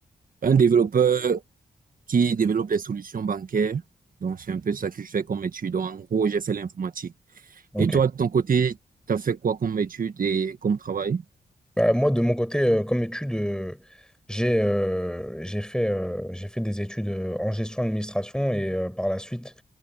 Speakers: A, on the right (about 60°); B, in the centre.
A: un développeur qui développe les solutions bancaires. Donc, c'est un peu ça que je fais comme étude. Donc, en gros, j'ai fait l'informatique.
B: ok.
A: Et toi, de ton côté, tu as fait quoi comme étude et comme travail?
B: Bah, moi, de mon côté, euh, comme études, euh, j'ai euh, j'ai fait, euh, j'ai fait des études euh, en gestion d'administration et euh, par la suite,